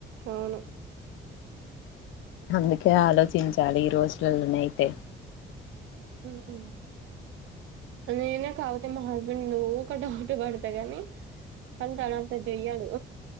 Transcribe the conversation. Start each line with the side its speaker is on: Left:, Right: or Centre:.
Right: ఆవును
Left: అందుకే ఆలోచించాలి ఈ రోజులల్లోనైతే
Right: ఉమ్ నేనా కాపోతే మా హస్బెండ్ ఊక డౌట్ పడ్తా గానీ కానీ తనట్ల జేయ్యడు